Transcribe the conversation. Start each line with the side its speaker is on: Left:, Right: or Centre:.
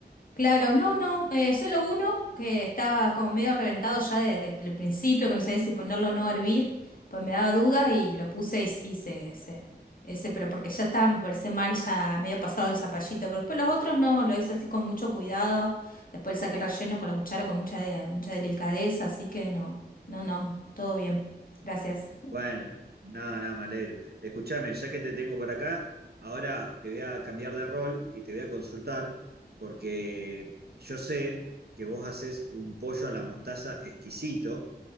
Left: Claro, no, no, eh, solo uno que estaba como medio reventado ya desde el principio, que no sabía si ponerlo o no a hervir, pues me daba dudas y lo puse y sí, se, se- ese, pero porque ya estaba, me parece mal, ya medio pasado el zapallito, pero después los otros no, lo hice así con mucho cuidado, después le saqué el relleno con la cuchara con mucha, de- mucha delicadeza, así que no, no, no, todo bien. Gracias.
Right: Bueno, nada, nada, me alegro. Escúchame, ya que te tengo por acá, ahora te voy a cambiar de rol y te voy a consultar, porque yo sé que vos haces un pollo a la mostaza exquisito,